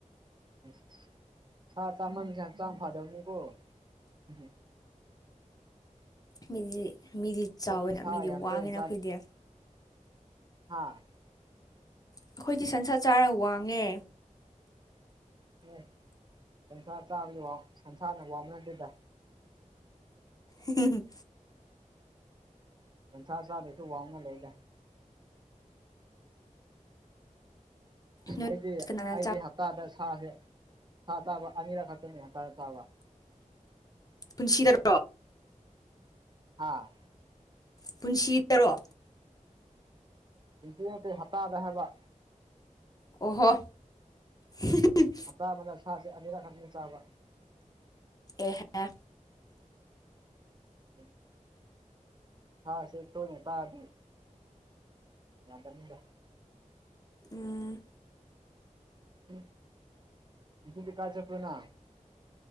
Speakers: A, on the right; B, on the left.
A: ꯎꯝ ꯁ ꯆꯥꯝꯃꯟ ꯕꯁꯤ ꯍꯛꯆꯥꯡ ꯐꯗꯕꯅꯤꯀꯣ ꯎꯝ
B: ꯃꯤꯗꯤ ꯃꯤꯗꯤ ꯆꯥꯎꯋꯦꯅ
A: ꯑꯩꯗꯤ ꯁꯥ
B: ꯃꯤꯗꯤ
A: ꯌꯥꯝ
B: ꯋꯥꯡꯉꯦꯅ
A: ꯇꯣꯏꯅ
B: ꯑꯩꯈꯣꯏꯗꯤ
A: ꯍꯥꯥ
B: ꯑꯩꯈꯣꯏꯗꯤ ꯁꯟꯁꯥ ꯆꯥꯔ ꯋꯥꯡꯉꯦ
A: ꯑꯦ ꯁꯟꯁꯥ ꯆꯥꯕꯒꯤ ꯋꯥꯡ ꯁꯟꯁꯥꯅ ꯋꯥꯡꯕ ꯅꯠꯇꯦꯗ
B: ꯍꯤ ꯍꯤ ꯍꯨꯝ
A: ꯎꯝ ꯁꯟꯁꯥ ꯆꯥꯗꯔꯥꯁꯨ ꯋꯥꯡꯕ ꯂꯩꯗ
B: ꯅꯣꯏ
A: ꯑꯩꯗꯤ
B: ꯀꯅꯥꯅ
A: ꯑꯩꯗꯤ
B: ꯆꯥ
A: ꯍꯞꯇꯥꯗ ꯁꯥꯁꯦ ꯁꯥ ꯆꯥꯕ ꯑꯅꯤꯔꯛ ꯈꯛꯇꯅꯤ ꯍꯞꯇꯥꯗ ꯆꯥꯕ
B: ꯄꯨꯟꯁꯤꯗ꯭ꯔꯣ
A: ꯍꯥꯥ
B: ꯄꯨꯟꯁꯤ ꯇꯔꯣ
A: ꯍꯧꯖꯤꯛ ꯅꯠꯇꯦ ꯍꯞꯇꯥꯗ ꯍꯥꯏꯕ
B: ꯑꯣꯍꯣ ꯍꯨꯝ ꯍꯨꯝ
A: ꯆꯕꯅꯥ ꯁꯥꯁꯦ ꯑꯅꯤꯔꯛ ꯑꯅꯤꯔꯛ ꯆꯥꯕꯥ
B: ꯑꯦꯍꯦ
A: ꯎꯝ ꯁꯥꯁꯦ ꯇꯣꯏꯅꯥ ꯆꯔꯗꯤ ꯌꯥꯗꯝꯅꯤꯗ
B: ꯎꯝ
A: ꯎꯝ ꯉꯁꯤꯗꯤ ꯀꯥꯏ ꯆꯠꯄꯥꯅꯣ